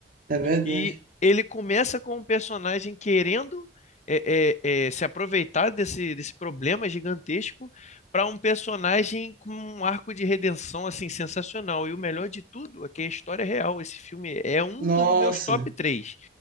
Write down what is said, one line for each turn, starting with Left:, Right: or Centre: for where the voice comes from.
Right: é verdade.
Left: E ele começa com um personagem querendo é, é, é, se aproveitar desse, desse problema gigantesco para um personagem com um arco de redenção assim sensacional. E o melhor de tudo é que a história é real. Esse filme é um
Right: Nossa.
Left: dos meus top 3.